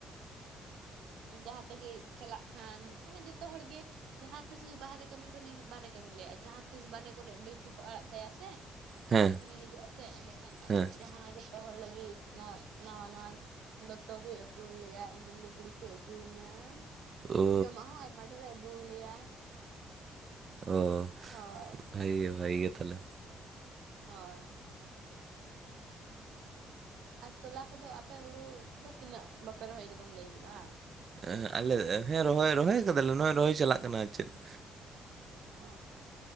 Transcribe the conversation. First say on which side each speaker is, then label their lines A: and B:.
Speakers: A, on the right (about 80°); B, on the right (about 45°).
A: ᱡᱟᱦᱟᱸ ᱛᱮᱜᱮ ᱪᱟᱞᱟᱜ ᱠᱷᱟᱱ ᱢᱟᱱᱮ ᱡᱚᱛᱚ ᱦᱚᱲ ᱜᱮ ᱡᱟᱦᱟᱸ ᱡᱟᱦᱟᱸ ᱛᱤᱥ ᱜᱮ ᱵᱟᱨᱦᱮ ᱠᱟᱹᱢᱤ ᱠᱷᱚᱱ ᱵᱟᱨᱦᱮ ᱠᱟᱹᱢᱤᱧ ᱞᱟ. ᱭᱮᱜ-ᱟ ᱡᱟᱦᱟᱸ ᱛᱤᱥ ᱵᱟᱦᱨᱮ ᱠᱚᱨᱮ ᱰᱤᱩᱴᱤ ᱯᱟᱲᱟᱜ ᱛᱟᱭᱟ ᱥᱮ
B: ᱦᱮᱸ
A: ᱵᱟᱦᱨᱮ ᱠᱷᱚᱱᱮ ᱦᱤᱡᱩᱜ ᱟ ᱥᱮ ᱮᱸᱰᱮᱠᱷᱟᱱ
B: ᱦᱮᱸ
A: ᱡᱟᱦᱟᱸ ᱡᱚᱛᱚ ᱦᱚᱲ ᱞᱟᱹᱜᱤᱫ ᱚᱱᱟ ᱱᱟᱶᱟ ᱱᱟᱶᱟ ᱫᱚᱛᱚ ᱠᱚᱭ ᱟᱹᱜᱩ ᱣᱟᱞᱮᱭᱟ ᱤᱧ ᱫᱚ ᱞᱩᱜᱽᱲᱤ ᱠᱚ ᱠᱚᱭ ᱟᱹᱜᱩᱣᱟᱧᱟ
B: ᱚ
A: ᱡᱚᱢᱟᱜ ᱦᱚᱸ ᱟᱭᱢᱟ ᱰᱷᱨᱮ ᱮ ᱟᱹᱜᱩᱣᱟᱞᱮᱭᱟ
B: ᱚ
A: ᱦᱳᱭ
B: ᱵᱷᱟᱜᱤ ᱜᱮ ᱵᱷᱟᱜᱤ ᱜᱮ ᱛᱟᱦᱚᱞᱮ
A: ᱦᱳᱭ ᱾ ᱟᱨ ᱛᱚᱞᱟ ᱠᱚᱫᱚ ᱟᱯᱮ ᱦᱩᱲᱩ ᱫᱚ ᱛᱤᱱᱟᱹᱜ ᱵᱟᱯᱮ ᱨᱚᱦᱚᱭ ᱠᱟᱫᱟᱢ ᱞᱟᱹᱭ ᱠᱮᱫᱟ ᱾
B: ᱸ ᱟᱞᱮ ᱦᱮᱸ ᱨᱚᱦᱚᱭ ᱨᱚᱦᱚᱭ ᱠᱟᱫᱟᱞᱮ ᱱᱚᱜᱼᱚᱭ ᱨᱚᱦᱚᱭ ᱪᱟᱞᱟᱜ ᱠᱟᱱᱟ ᱪᱮᱫ ᱾
A: ᱚ